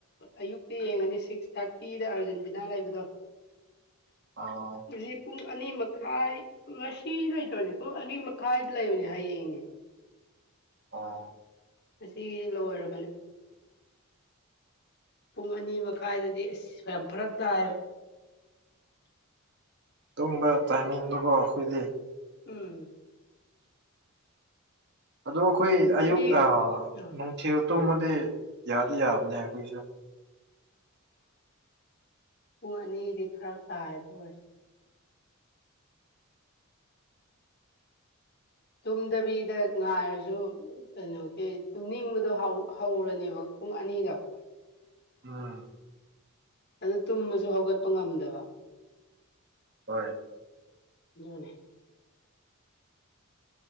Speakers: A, on the left; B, on the right.
A: ꯑꯌꯨꯛꯇ ꯌꯦꯡꯉꯅꯤ ꯁꯤꯛꯁ ꯊꯥꯔꯇꯤꯗ ꯑꯥꯔꯖꯦꯟꯇꯤꯅꯥ ꯂꯩꯕꯗꯣ
B: ꯑꯣ
A: ꯎ ꯄꯨꯡ ꯑꯅꯤ ꯃꯈꯥꯏ ꯉꯁꯤ ꯂꯩꯇꯣꯏꯅꯦ ꯄꯨꯡ ꯑꯅꯤ ꯃꯈꯥꯏ ꯂꯩꯕꯅꯦ ꯍꯌꯦꯡꯅꯦ
B: ꯑ
A: ꯉꯒꯤꯁꯤ ꯂꯣꯏꯔꯕꯅꯦ ꯄꯨꯡ ꯑꯅꯤ ꯃꯈꯥꯏꯗꯗꯤ ꯑꯁ ꯁ ꯌꯥꯝ ꯐꯔꯛ ꯇꯥꯏꯌꯦꯕ
B: ꯇꯨꯝꯕ ꯇꯥꯏꯃꯤꯡꯗꯨꯀꯣ ꯑꯩꯈꯣꯏꯗꯤ
A: ꯎꯝ
B: ꯑꯗꯣ ꯑꯩꯈꯣꯏ ꯑꯌꯨꯛꯅ
A: ꯑꯩꯗꯤ ꯎꯝ
B: ꯊꯦꯜ ꯇꯨꯝꯃꯗꯤ ꯌꯥꯗꯤ ꯌꯥꯕꯅꯦ ꯑꯩꯈꯣꯏꯁꯨ
A: ꯄꯨꯡ ꯑꯅꯤꯗꯤ ꯐꯔꯛ ꯇꯥꯏꯗ ꯑꯣꯏꯔꯁꯨ ꯇꯨꯝꯗꯕꯤꯗ ꯉꯥꯏꯔꯁꯨ ꯀꯩꯅꯣꯒꯤ ꯇꯨꯝꯅꯤꯡꯕꯗꯣ ꯍꯧꯔꯅꯦꯕ ꯄꯨꯡ ꯑꯅꯤꯗ
B: ꯎꯝ
A: ꯑꯗꯨ ꯇꯨꯝꯃꯁꯨ ꯍꯧꯒꯠꯄ ꯉꯝꯗꯕ
B: ꯍꯣꯏ
A: ꯑꯗꯨꯅꯤ